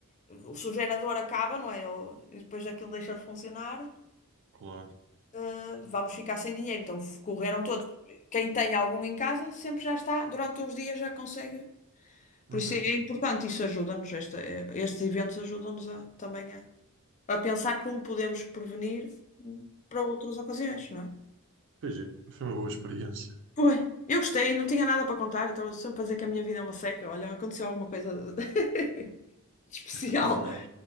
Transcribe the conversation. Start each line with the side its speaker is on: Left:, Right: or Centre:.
Left: o seu gerador acaba, não é? Ou- e depois daquilo deixa de funcionar,
Right: claro.
Left: eh, vamos ficar sem dinheiro. Então f- correram todos. Quem tem algum em casa sempre já está, durante uns dias já consegue.
Right: Uhum.
Left: Por isso é importante, isso ajuda-nos, esta- eh, estes eventos ajudam-nos a- também a, a pensar como podemos prevenir para outras ocasiões, não é?
Right: Pois é, foi uma boa experiência.
Left: Foi. Eu gostei, não tinha nada para contar, eu estava sempre a dizer que a minha vida é uma seca. Olha, aconteceu alguma coisa de- <laughs> especial.
Right: Claro,